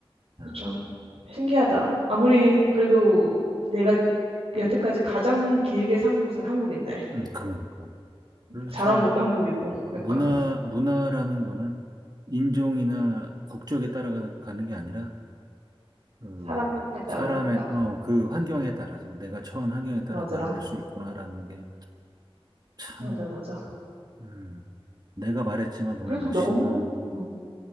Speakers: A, on the right; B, on the right.
A: 그래서
B: 아,
A: 참 신기하다. 아무리 그래도 내가 여태까지 가장 길게 산 곳은 한국인데
B: 음, 그러니까. 그래서
A: 자라온
B: 참
A: 곳도 한국이고 그러니까
B: 문화, 문화라는 거는 인종이나 국적에 따라가는 게 아니라 그
A: 사람에 따라
B: 사람의
A: 다르다.
B: 어, 그 환경에 따라서 내가 처한 환경에 따라
A: 맞아,
B: 다를 수 있구나라는 게 참.
A: 맞아, 맞아.
B: 음, 내가 말했지만 너무
A: 그래도
B: 멋있는
A: 너무 음,